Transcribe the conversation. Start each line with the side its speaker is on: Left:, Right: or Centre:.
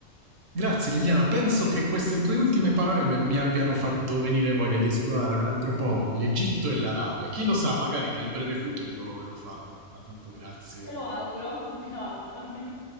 Right: Grazie Liliana, penso che queste tue ultime parole mi, mi abbiano fatto venire voglia di esplorare un altro po' l'Egitto e l'Arabia. Chi lo sa, magari nel breve futuro lo farò, ma tanto grazie
Left: Te
Right: per
Left: lo
Right: il
Left: auguro,
Right: momento.
Left: <laughs> te lo auguro. <laughs>